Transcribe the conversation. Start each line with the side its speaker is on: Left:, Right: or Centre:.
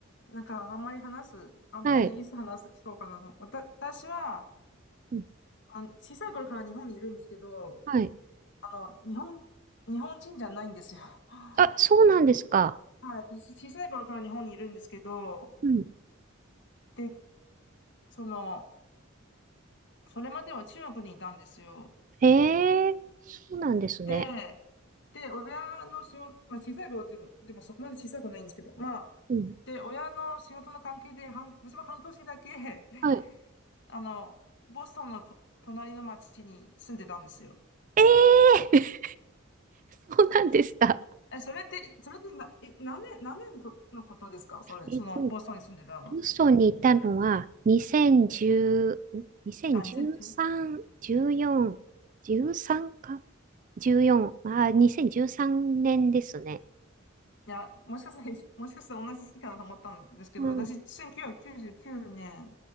Left: なんかあんまり話す、あんまりいつ話す、
Right: はい。
Left: そうかなと思う。わた私は、
Right: うん
Left: あの、小さい頃から日本にいるんですけど、
Right: はい。
Left: あの、日本、日本人じゃないんですよ。<laughs> は
Right: あ、そうなんですか。
Left: い、私小さい頃から日本にいるんですけど、
Right: うん。
Left: で、その、それまでは中国にいたんですよ。
Right: ええそうなんですね。
Left: で、で、親の仕事、まあ、小さい頃ってでもそこまで小さくないんですけど、まあ、
Right: うん。
Left: で、親の仕事の関係で、半私も半年だけ、
Right: はい。
Left: <laughs> あの、ボストンのと隣の町に住んでたんですよ。
Right: えええ <laughs> そうなんですか。
Left: え、それって、それってな、え、何年、何年のとのことですかそれ、
Right: えっと、
Left: その、ボストンに住んでたのって。
Right: ボストンにいたのは2010、ん2013、
Left: あ、2 0 1い
Right: 14、13か ?14、あ、2013年ですね。
Left: や、もしかしたら、もしかしたら同じ時期かなと思ったんですけど、
Right: うん。
Left: 私、1999年